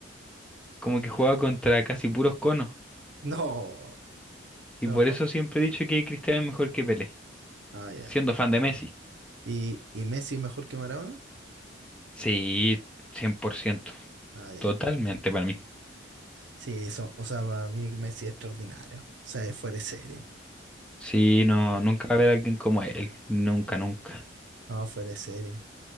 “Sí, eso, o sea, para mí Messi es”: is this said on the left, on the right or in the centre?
Right